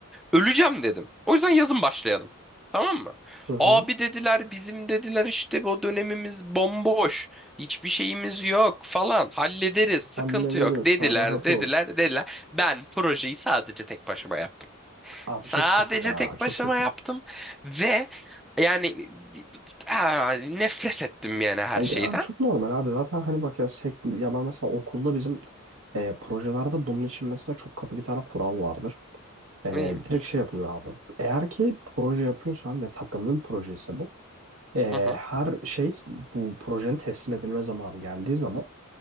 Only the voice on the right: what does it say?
Hı hı.
Hallederiz.
Sen rahat
ol.
Abi
çok kötü ya.
Çok
kötü.
Yani
genel çok normal abi. Zaten hani bak ya, sek- ya ben mesela okulda bizim e, projelerde bunun için mesela çok katı bir tane kural vardır. E,
direkt şey yapılıyor abi. Eğer ki proje yapıyorsan ve takımlı bir proje ise bu. e,
her şey bu projenin teslim edilme zamanı geldiği zaman